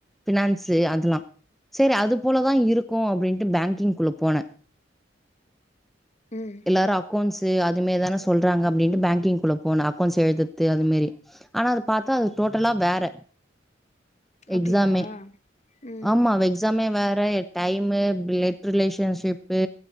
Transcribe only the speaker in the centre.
பினான்சு அதுல்லாம் சேரி அது போல தான் இருக் கும் அப்பிடின்ட்டு பேங்கிங் குழு போனே
எல்லாரும் அக்கோன்ஸ் அது மேரி தானே சொல்றாங்க அப்படின்ட்டு பேங்கிங் குள்ள போனே அக்கௌண்ஸ் எழுதரது அது மேரி அது பாத்தா டோட்டலா வேற
எக்ஸாமே
ஆமா எக்ஸாமே வேற ஃப்ரேய டைமு பிளெட் ரிலேஷன்ஷிப்பு